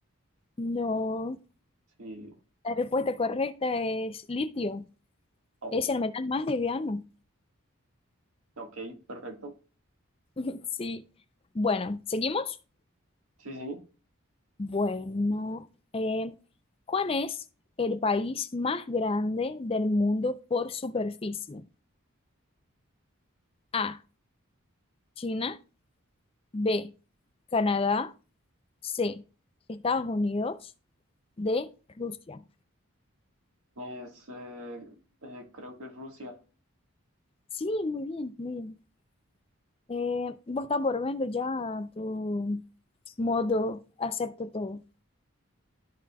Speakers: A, on the left (about 25°); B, on the right (about 80°).
A: No.
B: Sí,
A: La respuesta correcta es litio.
B: Kosovo.
A: Es el metal más liviano.
B: Ok, perfecto.
A: <laughs> Sí. Bueno, ¿seguimos?
B: Sí, sí,
A: Bueno, eh, ¿cuál es el país más grande del mundo por superficie? A, China, B, Canadá, C, Estados Unidos, D, Rusia.
B: es, eh, eh, creo que es Rusia.
A: Sí, muy bien, muy bien. Eh, vos estás volviendo ya a tu modo, acepto todo.